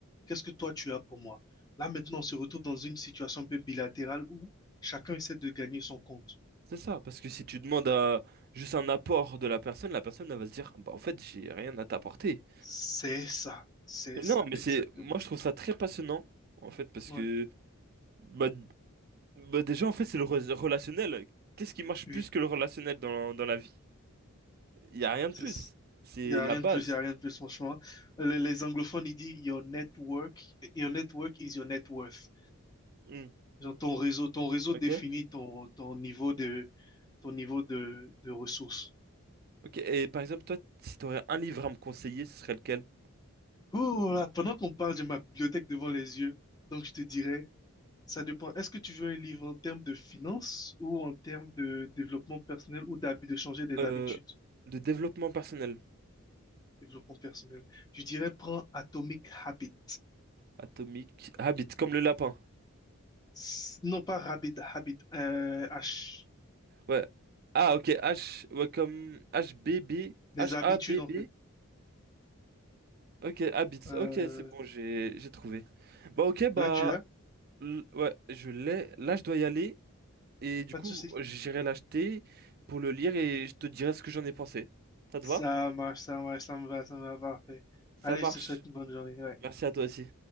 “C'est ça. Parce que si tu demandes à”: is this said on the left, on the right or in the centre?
Right